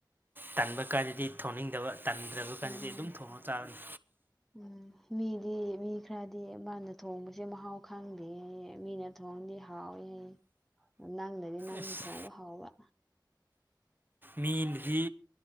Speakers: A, on the right; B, in the centre.
A: ꯇꯟꯕ ꯀꯥꯟꯗꯗꯤ ꯊꯣꯡꯅꯤꯡꯗꯕ꯫ ꯇꯟꯗ꯭ꯔꯕ ꯀꯥꯟꯗꯗꯤ
B: ꯎꯝ
A: ꯑꯗꯨꯝ ꯊꯣꯡꯉ ꯆꯥꯔꯅꯤ꯫
B: ꯎꯝ ꯃꯤꯗꯤ ꯃꯤ ꯈꯔꯗꯤ ꯃꯥꯅ ꯊꯣꯡꯕꯁꯦ ꯃꯍꯥꯎ ꯈꯪꯗꯦꯌ‌ꯦ ꯃꯤꯅ꯫ ꯊꯣꯡꯗꯤ ꯍꯥꯎꯋꯤ ꯅꯪꯗꯗꯤ ꯅꯪ
A: ꯑꯁ
B: ꯊꯣꯡꯕ ꯍꯥꯎꯕ꯭ꯔ꯫
A: ꯃꯤꯅꯗꯤ